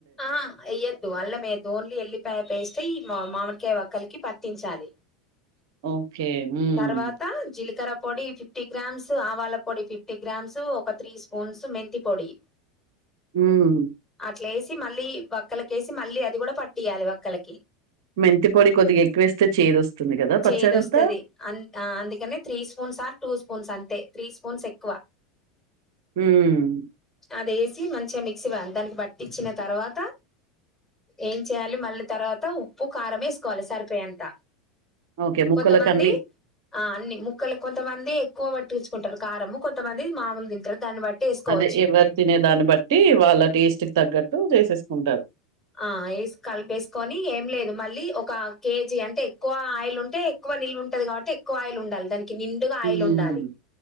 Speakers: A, on the left; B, on the right.
A: ఆ ఎయ్యొద్దు అల్ మేయొద్దు ఓన్లీ ఎల్లిపయ పేస్ట్ ఈ మా మామి ఒకే వక్కలకి పట్టించాలి
B: ఓకే మ్మ్
A: తర్వాత జీలకర్ర పొడి ఫిఫ్టీ గ్రామ్స్ ఆవాల పొడి ఫిఫ్టీ గ్రామ్స్ ఒక త్రీ స్పూన్స్ మెంతి పొడి
B: మ్మ్
A: క్లేస్ ట్టి మళ్ళీ వక్కలకేసి మళ్ళీ అది కూడా పట్ట పట్టియాలి వక్కలకి
B: మెంతి పొడి కొద్దిగా ఎక్కువేస్తే చేదొస్తుంది కదా!
A: చేదొస్తది
B: పచ్చడంతా.
A: అం ఆ అందుకనే three spoons or two spoons అంతే త్రీ స్పూన్స్ ఎక్కువ
B: మ్మ్
A: అదేసి మంచిగా మిక్సీ వ దానికి బట్టి ఇచ్చిన తర్వాత ఏం చేయాలి మళ్ళీ తర్వాత ఉప్పు కారం ఏసుకోవాలి సరిపోయే అంత
B: ఓకే. ముక్కలకన్నీ
A: కొంతమంది ఆ అన్ని ముక్కలు కొంతమంది కువబాట్టించుకుంటారు కారము కొంతమంది మామూలు తింటారు దాన్ని బట్టి వేసుకోవచ్చు
B: అదే ఎవరు తినేదాన్ని బట్టి వాళ్ళ టేస్ట్ కి తగ్గట్టు చేసేస్ ఉంటారు
A: ఆ ఎస్ కలిపేసుకొని ఏం లేదు మళ్ళీ ఒక కేజీ అంటే ఎక్కువ ఆయిల్ ఉంట టే ఎక్కువ నిల్వ ఉంటది కాబట్టి ఎకువ ఆయిల్ ఉండాలి దానికి నిండుగా ఆయిల్
B: ఉమ్
A: ఉండాలి